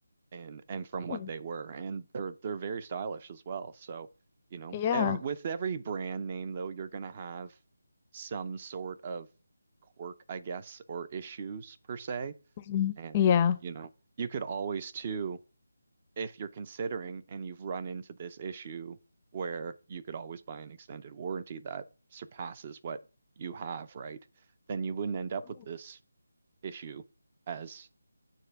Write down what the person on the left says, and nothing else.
Hmm.
Yeah.
Mhm.
Yeah.
Oh.